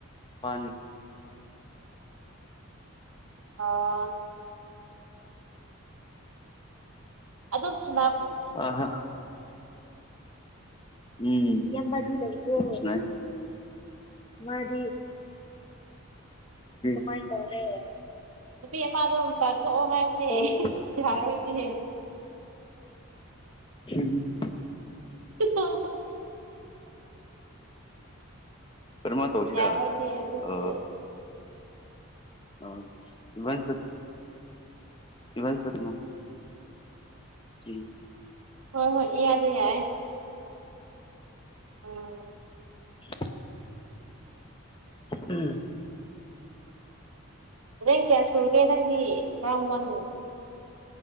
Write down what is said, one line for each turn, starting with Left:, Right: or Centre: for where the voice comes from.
Left: ꯄ
Right: ꯑ ꯑꯗꯨꯝ ꯁ
Left: ꯑ ꯍ ꯎꯝ ꯌꯥꯝ ꯂꯩ ꯃꯥꯗꯤ ꯃꯥꯥꯏ ꯇꯔꯦ
Right: ꯅꯨꯄꯤ ꯑꯃꯃꯗꯣ ꯄꯥꯟꯊꯣꯛꯑꯣ ꯍꯥꯏꯌꯅꯦ
Left: ꯑꯣ
Right: ꯌꯥꯔꯣꯏꯅꯦ
Left: ꯎꯝ
Right: ꯑ
Left: ꯐꯔꯃ ꯇꯧꯁꯤꯔ
Right: ꯌꯥꯔꯣꯏꯅꯦ ꯑꯗꯨꯗꯤ
Left: ꯑ ꯑ ꯏꯕꯟ ꯚꯟꯁꯅ ꯎ
Right: ꯍꯣꯏ ꯍꯣꯏ ꯌꯥꯗꯦ ꯌꯥꯏ ꯑꯣ
Left: <unintelligible> ꯎꯝ
Right: ꯅꯣꯔꯦꯟ ꯀꯌꯥ ꯁꯨꯨꯔꯒꯦ ꯅꯪꯒꯤ ꯀꯔ ꯋꯥꯟ